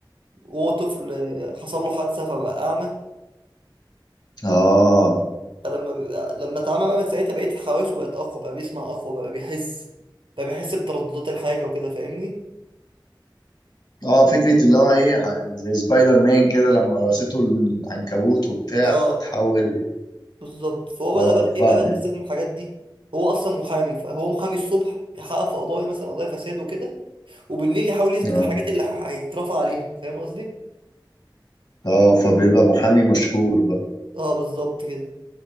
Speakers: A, on the right; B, on the left.
A: وهو طفل آه، حصل له حادثة فبقى أعمى
B: اه
A: فلما بيبقى- لما اتعمى بقى من ساعتها بقيت حواسه بقت أقوى بقى بيسمع أقوى بقى بيحس بقى بيحس بترددات الحاجة وكده فاهمني؟
B: اه فكرة اللي هو ايه ح- زي سبايدر مان كده لما قرصته العنكبوت وبتاع
A: اه
B: فتحول
A: بالظبط فهو
B: اه
A: بدأ بقى ايه
B: فاهم
A: بقى بدأ يستخدم الحاجات دي هو أصلا محامي فهو محامي الصبح بيحقق في قضايا مثلا قضايا فساد وكده وبالليل يحاول يثبت
B: اه
A: الحاجات اللي هيترفع عليها فاهم قصدي
B: اه فبيبقى محامي مشهور بقى
A: اه بالظبط كده